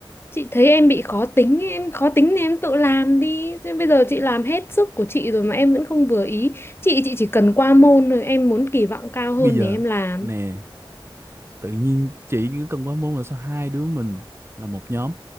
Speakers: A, on the left; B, on the right.
A: Chị thấy em bị khó tính, ấy, em khó tính thì em tự làm đi. Chứ bây giờ chị làm hết sức của chị rồi mà em vẫn không vừa ý. Chị chị chỉ cần qua môn rồi em muốn kỳ vọng cao hơn
B: bây giờ
A: thì em làm.
B: nè tự nhiên chị cứ cần quá môn là sao hai đứa mình là một nhóm